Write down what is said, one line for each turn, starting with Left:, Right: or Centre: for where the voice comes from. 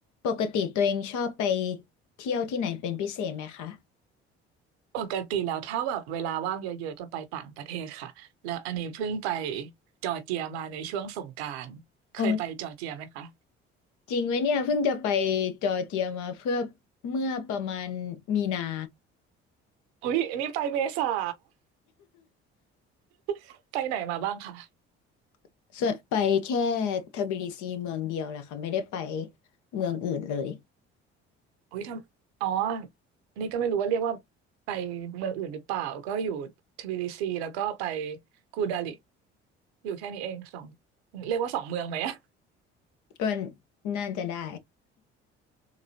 Left: ปกติตัวเองชอบไปเที่ยวที่ไหนเป็นพิเศษไหมคะ
Right: ปกติแล้วถ้าแบบเวลาว่างเยอะๆจะไปต่างประเทศค่ะแล้วอันนี้เพิ่งไปจอร์เจียมาในช่วงสงกรานต์เคยไปจอร์เจียไหมคะ
Left: ออจริงไหมเนี่ยเพิ่งจะไปจอร์เจียมาเพื่อเมื่อประมาณมีนา
Right: อุ๊ยอันนี้ไปเมษา <laughs> ไปไหนมาบ้างคะ
Left: <laughs> ส่วนไปแค่ทบิลิซีเมืองเดียวแหละค่ะไม่ได้ไปเมืองอื่นเลย
Right: อุ๊ยทำอ๋ออันนี้ก็ไม่รู้ว่าเรียกว่าไปเมืองอื่นหรือเปล่าก็อยู่ทบิลิซีแล้วก็ไปกูดาลิอยู่แค่นี้เองสองเรียกว่าสองเมืองไหมอะ
Left: ก็น่าจะได้